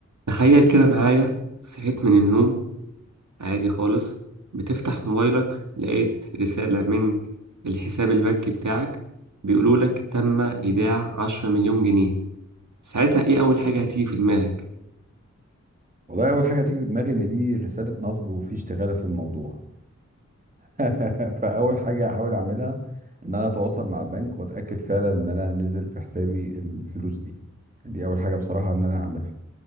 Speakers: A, on the right; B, on the right.
A: تخيل كده معايا صحيت من النوم عادي خالص بتفتح موبايلك لقيت رسالة من الحساب البنكي بتاعك بيقولولك تم إيداع عشرة مليون جنيه ساعتها إيه أول حاجة هتيجي في دماغك؟
B: والله اول حاجه هتيجي في دماغي ان دي رساله نصب وفي اشتغاله في الموضوع <laughs> فاول حاجه هحاول اعملها ان انا اتواصل مع البنك واتاكد فعلا ان انا نزل في حسابي الفلوس دي دي اول حاجه بصراحه ان انا هعملها